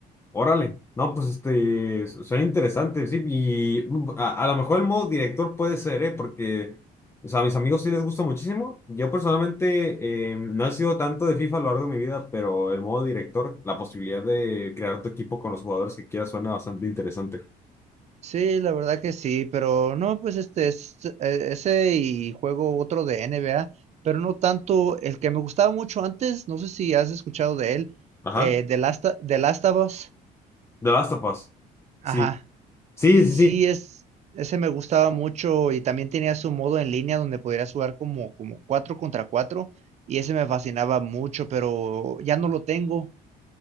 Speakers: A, on the left (about 15°); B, on the right (about 40°).
A: Órale, no, pues este, su- suena interesante, sí, y mm, a, a lo mejor el modo director puede ser, ¿eh? Porque, o sea, a mis amigos sí les gusta muchísimo. Yo personalmente eh, no he sido tanto de FIFA a lo largo de mi vida, pero el modo director, la posibilidad de crear tu equipo con los jugadores que quieras suena bastante interesante.
B: Sí, la verdad que sí, pero no, pues este es eh, ese y juego otro de NBA, pero no tanto el que me gustaba mucho antes, no sé si has escuchado de él,
A: Ajá,
B: eh, The Last, The Last of Us.
A: The Last of Us.
B: Ajá.
A: Sí, sí, sí,
B: Sí,
A: sí.
B: es, ese me gustaba mucho y también tenía su modo en línea donde podrías jugar como, como 4 contra cuatro y ese me fascinaba mucho, pero ya no lo tengo.